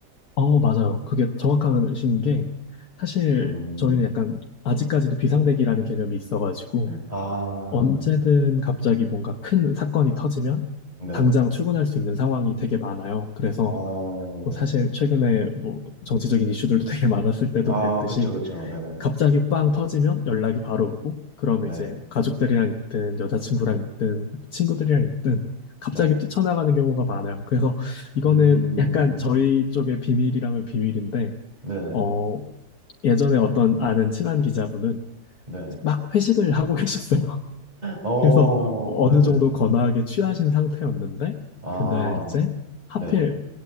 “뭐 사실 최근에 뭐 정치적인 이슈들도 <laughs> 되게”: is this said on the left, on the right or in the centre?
Left